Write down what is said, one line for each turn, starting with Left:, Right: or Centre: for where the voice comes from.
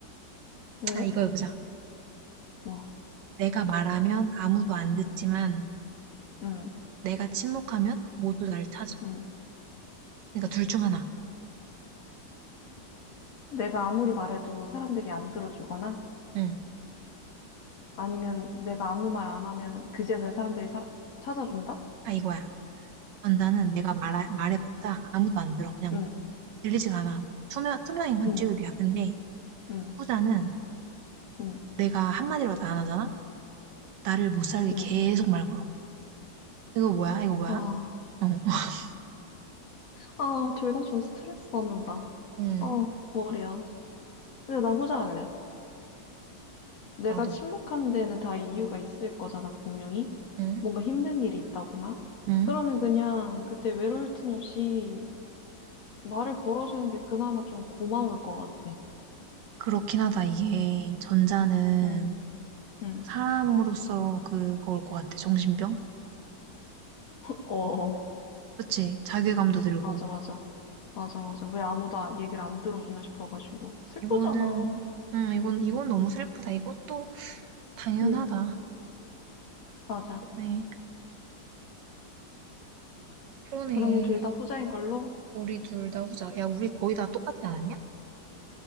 Left: 왜?
Right: 아, 이거 해보자.
Left: 뭐.
Right: 내가 말하면 아무도 안 듣지만
Left: 응.
Right: 내가 침묵하면 모두 날 찾음?
Left: 응.
Right: 그러니까 둘 중 하나.
Left: 내가 아무리 말해도 사람들이 안 들어주거나
Right: 응.
Left: 아니면 내가 아무 말 안 하면 그제서야 사람들이 사- 찾아준다?
Right: 아 이거야. 전자는 내가 말해, 말해봤자 아무도 안 들어. 그냥
Left: 응.
Right: 들리지가 않아. 투명, 투명인간
Left: 응.
Right: 취급이야. 근데
Left: 응.
Right: 후자는
Left: 응.
Right: 내가 한마디로도 안 하잖아? 나를 못 살게
Left: 응.
Right: 계속 말 걸어. 이거 뭐야? 이거 뭐야?
Left: 아.
Right: 어. <laughs>
Left: 아, 둘 다 좀 스트레스 받는다.
Right: 응.
Left: 아, 머리야. 근데 난 후자할래. 내가
Right: 나도.
Left: 침묵하는 데는 다 이유가 있을 거잖아, 분명히.
Right: 응.
Left: 뭔가 힘든 일이 있다거나.
Right: 응?
Left: 그러면 그냥 그때 외로울 틈 없이 말을 걸어주는 게 그나마 좀 고마울 것 같아.
Right: 그렇긴 하다. 이게 전자는
Left: 응, 응.
Right: 사람으로서 그거올 것 같아. 정신병?
Left: 어, 어.
Right: 그치? 자괴감도 들고.
Left: 맞아, 맞아. 맞아, 맞아. 왜 아무도 아- 얘기를 안 들어주나 싶어가지고. 슬프잖아.
Right: 이거는, 응 이건, 이건 너무 슬프다. 이것도 당연하다.
Left: 응, 맞아.
Right: 그러네. 그러네.
Left: 그러면 둘 다 후자인 걸로?
Right: 우리 둘 다 후자. 야, 우리 거의 다 똑같지 않았냐?